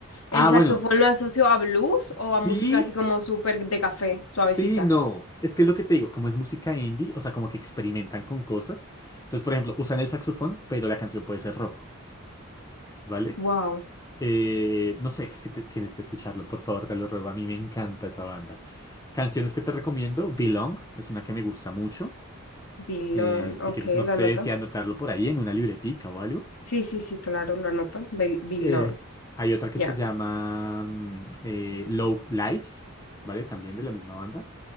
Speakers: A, on the left (about 70°); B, on the left (about 15°).
A: el
B: Ah,
A: saxofón
B: bueno.
A: lo asocio a blues o
B: Sí,
A: a música así como súper de café, suavecita.
B: sí, no. Es que es lo que te digo, como es música indie, o sea, como que experimentan con cosas. Entonces, por ejemplo, usan el saxofón, pero la canción puede ser rock, ¿vale?
A: Wow.
B: Eh, no sé, es que te- tienes que escucharlo, por favor, te lo ruego. A mí me encanta esa banda. Canciones que te recomiendo, Belong, es una que me gusta mucho.
A: Bilón.
B: Eh, si
A: Ok,
B: quieres, no
A: lo
B: sé
A: anoto.
B: si anotarlo por ahí en una libretica o algo.
A: Sí, sí, sí, claro, lo anoto. Bil- Bilón.
B: Eh, hay otra que
A: Ya.
B: se llama mm, eh, Low Life, ¿vale? También de la misma banda.